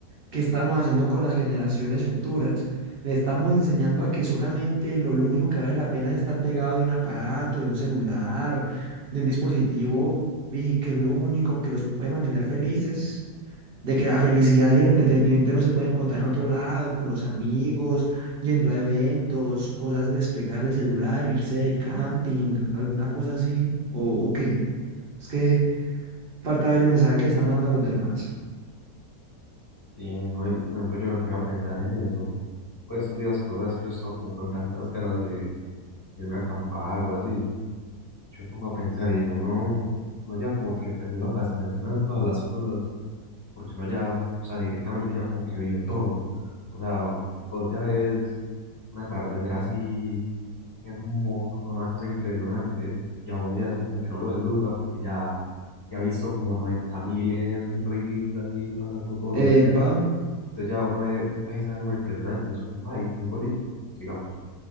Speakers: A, on the right; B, on the left.
A: ¿Qué estamos haciendo con las generaciones futuras? Le estamos enseñando a que solamente lo, lo único que vale la pena es estar pegado de un aparato, de un celular, de un dispositivo, y que lo único que los puede mantener felices, de que la felicidad y el entretenimiento no se pueden encontrar en otro lado, con los amigos, yendo a eventos, cosas despegar del celular, irse de camping, alguna cosa así, o, o qué. Es que falta ver el mensaje que le estamos dando a los demás.
B: Sí, ¿no? Y, por ejemplo, yo me ponía a pensar en eso. Pues estos días, cosas que yo estaba como con tantas ganas de irme a acampar o así. Yo me pongo a pensar y no, uno, uno ya como que le perdió la fascinación a todas las cosas, porque uno ya, o sea, directamente ya como que vio todo. O sea, pues ya ves un atardecer así hermoso, fue una cosa impresionante, y a uno ya eso como que no lo deslumbra porque ya, ya ha visto como 90 mil en reels así pasando todos
A: Epa.
B: los días. Entonces ya uno ve un paisaje muy impresionante, es como, ay, muy bonito, sigamos.